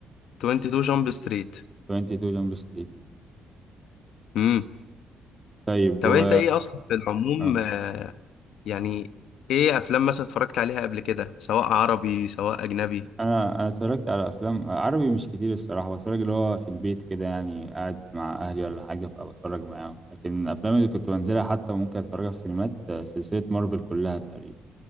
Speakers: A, on the left; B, on the right.
A: 22 جامب ستريت
B: 22 جامب ستريت
A: امم
B: طيب
A: طب
B: و
A: انت ايه اصلا في العموم
B: آه.
A: آه، يعني ايه افلام مثلا اتفرجت عليها قبل كده سواء عربي سواء اجنبي
B: انا انا اتفرجت على افلام عربي مش كتير الصراحه بتفرج اللي هو في البيت كده يعني قاعد مع اهلي ولا حاجه فبتفرج معاهم لكن الافلام اللي كنت بنزلها حتى ممكن اتفرجها في سينمات آه، سلسله مارفل كلها تقريبا